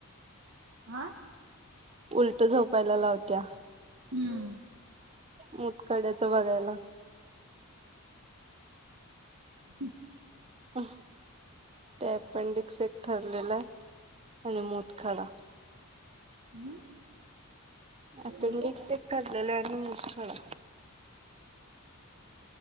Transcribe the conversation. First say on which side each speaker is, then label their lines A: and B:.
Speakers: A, on the right; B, on the right.
A: आ
B: उलट झोपायला लावत्या.
A: हम्म!
B: मुतखड्याच बघायला.
A: हम!
B: <inaudible> ते अपेंडिक्स एक ठरलेल हाय आणि मुतखडा.
A: हम्म
B: अपेंडिक्स
A: आणि काय
B: एक ठरलेलं हाय आणि मुतखडा